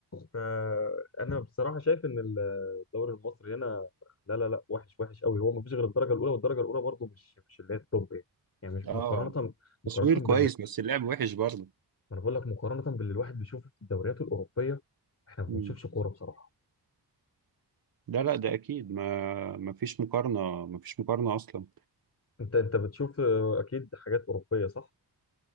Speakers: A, on the left (about 40°); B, on the right (about 60°).
A: فانا بصراحه شايف ان الدوري المصري هنا لا لا لا وحش وحش قوي هو ما فيش غير الدرجه الاولى والدرجه الاولى برضه مش مش اللي هي التوب يعني يعني مش مقارنه
B: اه
A: مقارنه
B: تصوير كويس بس اللعب وحش برضه
A: ما انا بقول لك مقارنه باللي الواحد بيشوفه في الدوريات الاوروبيه احنا ما
B: مم.
A: بنشوفش كوره بصراحه
B: لا لا ده اكيد ما ما فيش مقارنة ما فيش مقارنة اصلا
A: انت انت بتشوف آه، اكيد حاجات اوروبيه صح